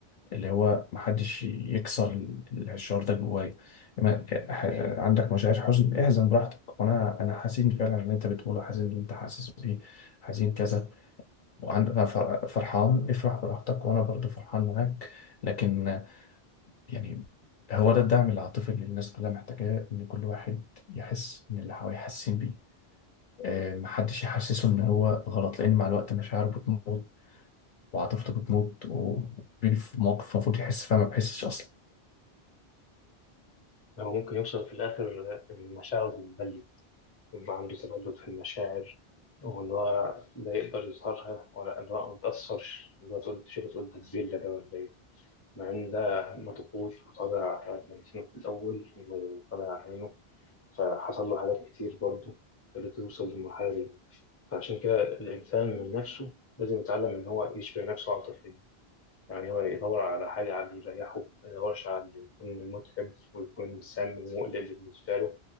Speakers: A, on the left; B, on the left.
A: اللي هو محدش يكسر ال- الشعور ده جوايا ما- ح- عندك مشاعر حزن احزن براحتك وانا انا حزين فعلا اللي انت بتقوله حزين اللي انت حاسس بيه حزين كذا وعندك فرحان افرح براحتك وانا برضو فرحان معاك لكن آه، يعني هو ده الدعم العاطفي اللي الناس كلها محتاجاه ان كل واحد يحس ان اللي حواليه حاسين بيه آه، محدش يحسسه ان هو غلط لان مع الوقت مشاعره بتموت وعاطفته بتموت وبيجي في مواقف المفروض يحس فيها ما بيحسش اصلا
B: أو ممكن يوصل في الآخر المشاعر تتبلد يبقى عنده تبلد في المشاعر وإن هو لا يقدر يظهرها ولا إن هو ما يتأثرش إن هو تقول تشيل تقول ده كبير ده ولا إيه مع إن ده مضغوط وطالع ميتينه في الأول وطالع عينه فحصل له حاجات كتير برضه خلته يوصل للمرحلة دي فعشان كده الإنسان من نفسه لازم يتعلم إن هو يشبع نفسه عاطفيا يعني هو يدور على حاجة على اللي يريحه ما يدورش على اللي يكون متعب ويكون سام ومقلق بالنسبة له